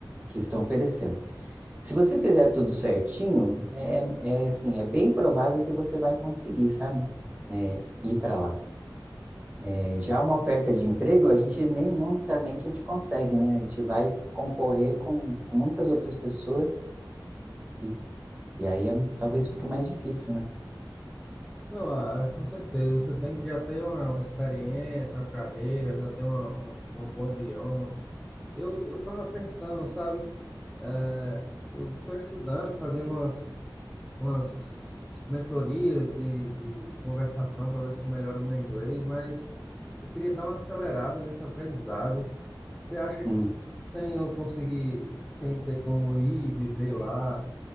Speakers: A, on the right; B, in the centre.
A: que estão oferecendo. Se você fizer tudo certinho, é, é é assim, é bem provável que você vai conseguir, sabe? É, ir para lá. É, já uma oferta de emprego, a gente nem não necessariamente a gente consegue, né? A gente vai se concorrer com, com muitas outras pessoas e, e aí é- talvez fique mais difícil, né?
B: Não, ah, ah, com certeza, você tem que já ter uma, uma experiência, uma carreira, já ter uma, uma, uma bom idioma. Eu, eu tava pensando, sabe? É, eu tô estudando, fazendo umas, umas mentorias de, de conversação para ver se melhora o meu inglês, mas eu queria dar uma acelerada nesse aprendizado. Você acha
A: Hum.
B: que sem eu conseguir, sem ter como ir e viver lá,